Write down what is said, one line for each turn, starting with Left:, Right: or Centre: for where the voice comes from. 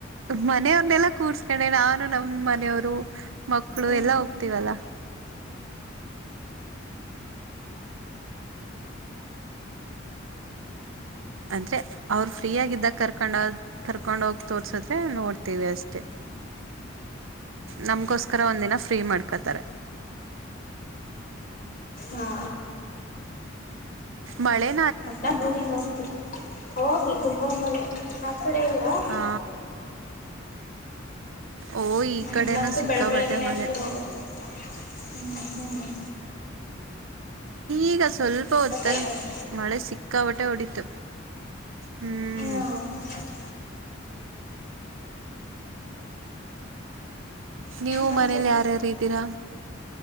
Right: ಮನೆಯವರನ್ನೆಲ್ಲ ಕೂರ್ಸಿತಿನಿನಾನು ನಮ್ ಮನೆಯವರು ಮಕ್ಕಳು
Left: ಹ್ಞೂ
Right: ಎಲ್ಲಾ ಹೋಗ್ತೀವಲ್ಲ. ಅಂದ್ರೆ ಅವ್ರ ಫ್ರೀ ಆಗಿದ್ದಾಗ ಕರ್ಕೊಂಡ ಕರ್ಕೊಂಡ ಹೋಗಿ ತೋರ್ಸದ್ರೆ ನೋಡ್ತೀವಿ ಅಷ್ಟೆ, ನಮಗೋಸ್ಕರ ಒಂದಿನ ಫ್ರೀ ಮಾಡ್ಕೊಳ್ತಾರೆ.
Left: ಹಾ,
Right: ಮಳೆ
Left: ಒಟ್ ಮೂವಿ ನೋಡ್ತೀರ ಅವೋಗ ತುಂಬ ಮಳೆ ಆ ಕಡೆ ಇಲ್ವಾ <unintelligible>
Right: ಹಾ, ಓ
Left: ಹ್ಮ್,
Right: ಈ ಕಡೆನೂ
Left: ಇಲ್ಲಂತೂ
Right: ಸಿಕ್ಕಾಬಟ್ಟೆ
Left: ಬೆಳ ಬೆಳಗ್ಗಿನೇ
Right: ಮಳೆ
Left: ಶುರುಹಾಗುತ್ತೆ ಹ್ಮ್, ಹ್ಮ್
Right: ಈಗ ಸ್ವಲ್ಪ ಹೊತ್ತಲ್
Left: ಆಯ್ತಲ್ಲ
Right: ಮಳೆ ಸಿಕ್ಕಾಪಟ್ಟೆ ಹೊಡಿತು. ಹ್ಮ್
Left: ನ <inaudible>
Right: ನೀವು
Left: ಮತ್ತೆ
Right: ಮನೇಲಿ ಯಾರ್ಯಾರು ಇದ್ದೀರಾ